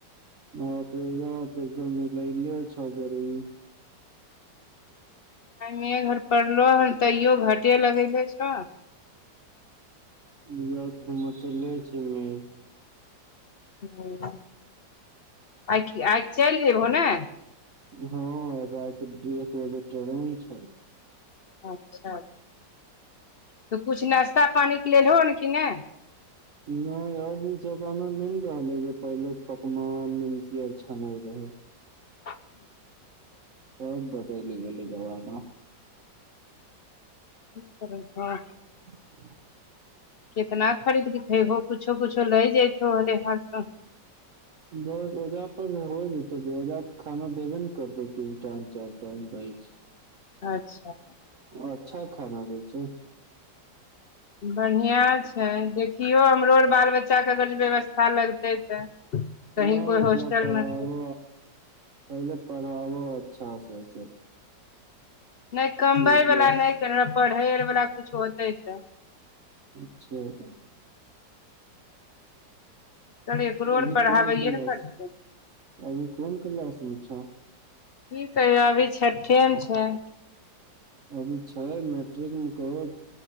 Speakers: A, on the right; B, on the left.
A: हँ अपे य त एकदम लै लिय छजरमे।
B: <unintelligible> घर पड़लो हन तैयो घाटे लगैत छै छ
A: <unintelligible> <unintelligible>
B: हूं आइ कि आइ चलि जयभो ने
A: हँ राति डेएक बजे ट्रेन छल।
B: अच्छा त कुछ नाश्ता पानीके लेलहो हन कि नहि
A: नहि अब उ जमाना नहि ने रहलै जे, पहिले पकवान निमकी आर छानय रहे।
B: <inaudible>
A: अब बदैल गेलय जबाना।
B: कि कर भऽ
A: <inaudible>
B: कितना खरीदके खैबहो, कुछो-कुछो लै जइतो अलैहार सऽ।
A: बस ओजा पर जे होइ जेतै, ओजा तऽ खाना देबे ने करतै, तीन टाइम, चारि टाइम दयछै।
B: अच्छा।
A: अच्छा खाना दै छै।
B: बढ़ियां छै देखियौ हमरो ओर बाल बच्चाके अगर जे व्यवस्था लगतै त, कहीं
A: नहि
B: कोइ
A: ओकरा
B: होस्टल
A: पढ़ाबो
B: मे त
A: पहिले पढ़ाबो अच्छा से सब
B: नहि कमबै
A: यू पी
B: बला
A: एस
B: नहि करह, पढ़ै अर वाला कछु होतै तऽ
A: अच्छा पढा़
B: तनि एकरोअर
A: अभी
B: पढ़ाबैयए
A: कोन क्लास
B: ने परतै।
A: अभी कोन क्लासमे छ?
B: की कहियऽ अभी छठे मे छै।
A: अभी छै मैट्रिक मे कहो